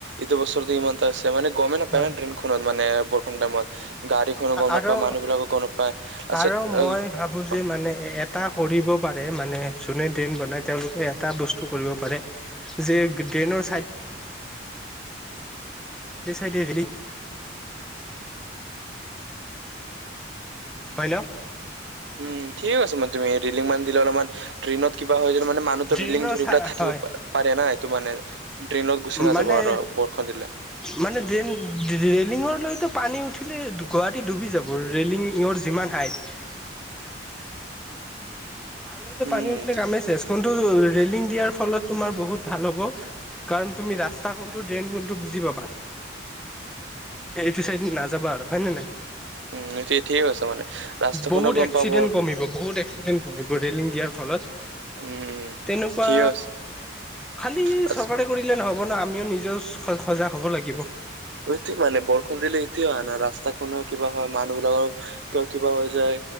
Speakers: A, on the right; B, in the centre.
A: ইটো বছৰতো ইমান তা আছে, মানে গ'মে পায়া
B: হয়
A: ন' ড্ৰেইনখনত মানে বৰষূণ টাইমত। গাড়ীখনো গ'ম নাপায়
B: আৰু
A: মানুহবিলাকো গ'ম নাপায়, তাৰপিছত
B: আৰু মই ভাবো যে
A: আহ
B: মানে এটা কৰিব পাৰে, মানে যোনে ড্ৰেন বনাই তেওঁলোকে এটা বস্তু কৰিব পাৰে। যে ড্ৰেনৰ চাইড দে চাইডে ৰেলিং হয় ন'?
A: উম, ঠিকে কৈছা মানে তুমি ৰিলিং মান দিল অলপ মান ড্ৰেইনত কিবা হয় যে মানে মানুহতো
B: ড্ৰেইনৰ
A: ৰিলিং ধৰি
B: চা
A: পেলাই থাকিব
B: হয়
A: পাৰে না এইটো মানে। ড্ৰেইনত গুচি নাযাব
B: মানে
A: আৰু বৰষূণ দিলে।
B: মানে ড্ৰেইন ৰেলিংৰ লৈতো পানী উঠিলে গুৱাহাটী ডুবি যাব ৰেলিংৰ যিমান হাইট। তৰলৈতো
A: উম
B: পানী উঠিলে
A: ঠি-
B: কামেই চেছ, কোনটো ৰেলিং দিয়াৰ ফলত তোমাৰ বহুত ভাল হ'ব। কাৰণ তুমি ৰাস্তা কোনটো, ড্ৰেইন কোনটো বুজি পাবা। এইটো চাইড নাযাবা আৰু হয়ে নে নাই?
A: উম, ঠিকে ঠিকে কৈছা মানে ৰাস্তা
B: বহুত
A: খনো গ'ম
B: এক্সিডেন্ট
A: পাব।
B: কমিব বহুত এক <unintelligible> ৰেলিং দিয়াৰ ফলত।
A: উম উম
B: তেনেকুৱা
A: ঠিক আছে
B: খালী
A: ৰাচ-
B: চৰকাৰে কৰিলে নহ হ ন আমিও নিজেও সজ সজাগ হ'ব লাগিব।
A: সেইটো মানে বৰষূণ দিলে এইটো হয় ন ৰাস্তাখনৰ কিবা হয় মানুহবিলাকৰ কিবা - কিবা হৈ যায়।